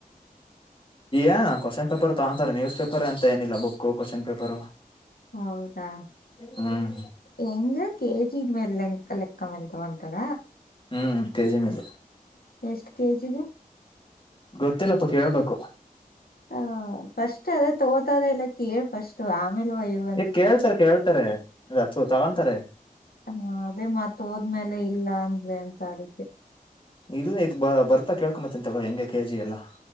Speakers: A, on the left (about 35°); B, on the left (about 85°).
A: ಏನ ಕೊಶ್ಚನ್ ಪೇಪರ್ ತಗೊಂತಾರೆ ನ್ಯೂಸ್ ಪೇಪರೇ ಆಂತ ಏನಿಲ್ಲ ಬುಕ್ಕು ಕ್ವೊಶನ್ ಪೇಪರು.
B: ಹೌದಾ
A: ಹ್ಮ್
B: ಹೆಂಗೆ ಕೆಜಿಗ್ಮೇಲೆ ಲೆಂಕ ಲೆಕ್ಕ ಮೇಲ್ತೊಗಂತಾರ.
A: ಹ್ಮ್ ಕೆಜಿ ಮೇಲೆ.
B: ಎಷ್ಟು ಕೆ ಜಿಗೆ?
A: ಗೊತ್ತಿಲ್ಲಪ್ಪ ಕೇಳ್ಬೇಕು.
B: ಹ ಫಸ್ಟ್ ಅದೇ ತಗೋತಾರ ಇಲ್ಲ ಕೇಳ ಫಸ್ಟ್ ಆಮೇಲೆ ಓಯ್ಯುವ.
A: ಈ ಕೇಳ್ತರ್ ಕೇಳ್ತಾರೆ ಅಲ ತೂ ತಗೊಂತಾರೆ.
B: ಹಾ ಅದೇ ಮತ್ ಹೋದ್ಮೇಲೆ ಇಲ್ಲ ಅಂದ್ರೆ ಅಂತ ಅದಕ್ಕೆ.
A: ಇಲ್ಲ ಇತ್ ಬ ಬರ್ತಾ ಕೇಳ್ಕೊಂಬತ್ತೀನ್ ತಗ ಹೆಂಗೆ ಕೆ ಜಿ ಎಲ್ಲಾ.